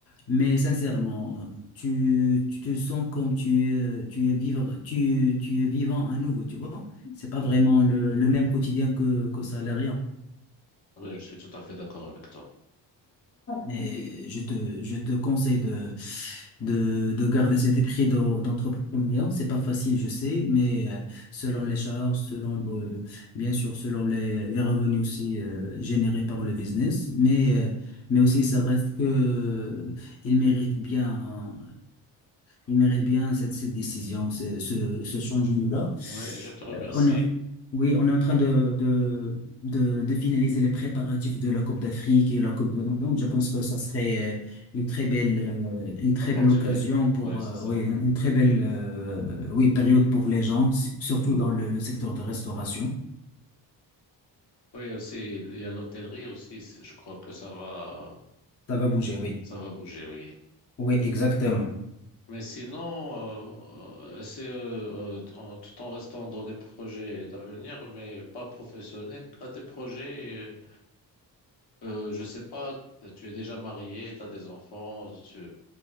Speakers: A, on the left; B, on the left.
A: mais sincèrement, tu, tu te sens comme tu, es- tu es vivre, tu, tu es vivant à nouveau, tu vois. C'est pas
B: Voilà.
A: vraiment le, le même quotidien que, que salariat.
B: ouais Oui, je suis tout à fait d'accord avec toi.
A: Et je te, je te conseille de, de, de garder cet esprit d'en- d'entrepreneuriat. C'est pas facile, je sais, mais euh, selon les charges, selon le- bien sûr, selon les, les revenus aussi euh, générés par le business, mais, euh, mais aussi ça reste que il mérite bien, il mérite bien cette, cette décision, ce, ce, ce changement-là.
B: Oui, je te remercie.
A: Euh, on, oui, on est en train de, de, de, de finaliser les préparatifs de la Coupe d'Afrique et la Coupe du Monde. Je pense que ça serait euh, une très belle, euh, une très
B: Opportunité.
A: belle occasion pour,
B: Oui, c'est
A: euh,
B: ça.
A: oui, une une très belle, euh, oui, période pour les gens, s- surtout dans le, le secteur de restauration.
B: Oui, aussi, il y a l'hôtellerie aussi. c'est- Je crois que ça va,
A: Ça va bouger, oui.
B: ça va bouger, oui.
A: Oui, exactement.
B: Mais sinon, euh, euh, c'est euh, euh, en- tout en restant dans des projets d'avenir, mais pas professionnels, T'as des projets, euh, euh, je sais pas, tu es déjà marié, T'as des enfants, tu...